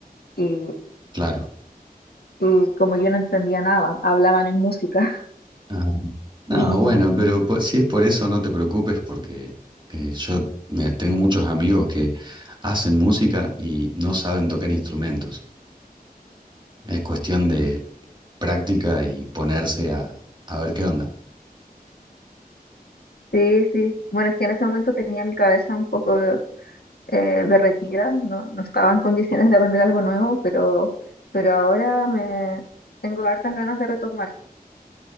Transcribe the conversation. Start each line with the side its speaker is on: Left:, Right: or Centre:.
Left: y,
Right: claro.
Left: y como yo no entendía nada, hablaban en música. <laughs>
Right: Ah, ah,
Left: Y
Right: bueno,
Left: mm,
Right: pero po- si es por eso, no te preocupes porque eh, yo mira, tengo muchos amigos que hacen música y no saben tocar instrumentos. Es cuestión de práctica y ponerse a, a ver qué onda.
Left: sí, sí, bueno, es que en ese momento tenía mi cabeza un poco eh, derretida, no, no estaba en condiciones de aprender algo nuevo, pero, pero ahora me tengo hartas ganas de retomar,